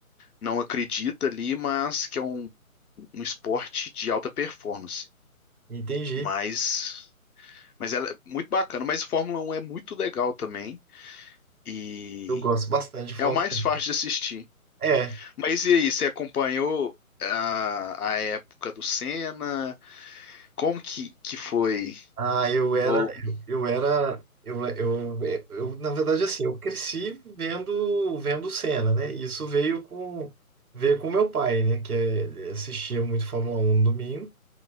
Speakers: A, on the left; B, on the right.
A: não acredita ali, mas que é um, um esporte de alta performance.
B: Entendi.
A: Mas, mas ela é muito bacana. Mas Fórmula Um é muito legal também. E
B: Eu gosto bastante de Fórmula.
A: é o mais fácil de assistir.
B: É.
A: Mas e aí, você acompanhou a, a época do Senna? Como que, que foi
B: Ah, eu era,
A: Ou,
B: eu, eu era, eu, eu, é, eu, na verdade, assim, eu cresci vendo, vendo cena, né? Isso veio com, veio com meu pai, né? Que é- assistia muito Fórmula Um no domingo.